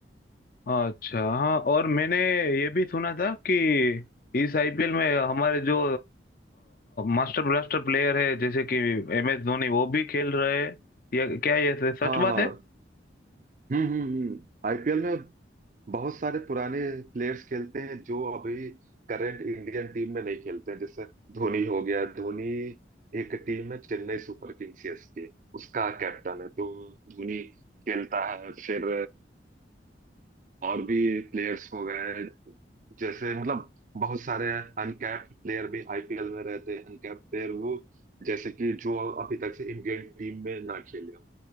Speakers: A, on the left; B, on the right.
A: अच्छा हाँ और मैंने ये भी सुना था कि इस आईपीएल में हमारे जो मास्टर ब्लास्टर प्लेयर है जैसे कि एम एस धोनी वो भी खेल रहे हैं ये क्या ये सच
B: हाँ
A: बात
B: हाँ
A: है
B: हम्म हम्म हम्म आईपीएल में बहुत सारे पुराने प्लेयर्स खेलते हैं जो अभी करंट इंडियन टीम में नहीं खेलते हैं जैसे धोनी हो गया धोनी एक टीम है चेन्नई सुपर किंग सीएसके उसका कैप्टन है तो धोनी खेलता है फिर और भी प्लेयर्स हो गए जैसे मतलब बहुत सारे अनकैप्ड प्लेयर भी आईपीएल में रहते हैं अनकैप्ड प्लेयर वो जैसे कि जो अभी तक से इंडियन टीम में ना खेले हो